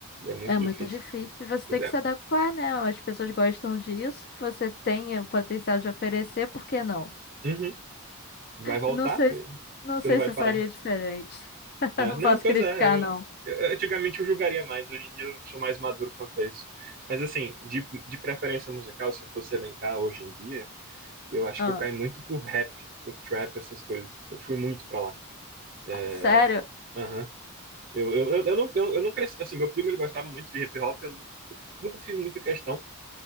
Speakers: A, on the right (about 40°); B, on the left (about 45°).
A: É muito
B: É muito
A: difícil.
B: difícil. Você
A: Você
B: tem
A: der-
B: que se adequar, né? As pessoas gostam disso. Você tem o potencial de oferecer, por que não?
A: Uhum. Vai voltar?
B: Não sei, se- não
A: Você
B: sei
A: não vai
B: se eu
A: parar.
B: faria diferente. <laughs>
A: É,
B: Não
A: Não,
B: posso
A: pois
B: criticar,
A: é. Eu,
B: não.
A: eu- antigamente eu julgaria mais. Hoje em dia eu sou mais maduro quanto a isso. Mas assim, de, de preferência musical, se eu fosse elencar hoje em dia, eu acho
B: Ah,
A: que eu caí muito pro rap, pro trap, essas coisas. Eu fui muito pra lá. É,
B: sério?
A: aham. Eu, eu, eu, eu não, eu, eu não cresci. Assim, meu primo ele gostava muito de hip hop. Eu nunca fiz muita questão.